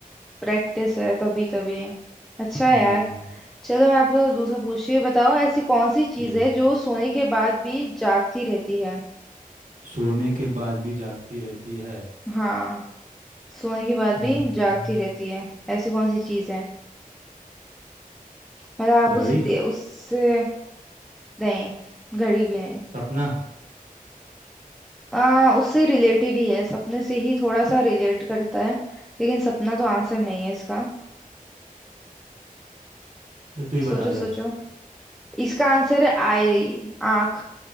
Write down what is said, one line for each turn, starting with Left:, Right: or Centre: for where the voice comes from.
Centre: प्रैक्टिस है तभी तभी अच्छा
Right: हम्म
Centre: है यार चलो मैं आपको दूसरा पूछ ये बताओ ऐसी कौन सी
Right: ठीक
Centre: चीज है
Right: है
Centre: जो सोने के बाद भी जागती रहती है
Right: सोने के बाद भी जागती रहती है
Centre: हाँ सोने के बाद
Right: अम्म,
Centre: भी जागती रहती है ऐसी कौन सी चीज है मतलब आप
Right: घड़ी
Centre: उसे दे उससे नहीं घड़ी भी नहीं
Right: सपना
Centre: आ, उससे रिलेटेड ही है सपने से ही थोड़ा सा रिलेट करता है लेकिन सपना तो आंसर नहीं है इसका
Right: चल तू ही
Centre: सोचो
Right: बता दे
Centre: सोचो
Right: अब
Centre: इसका आंसर है आई आंख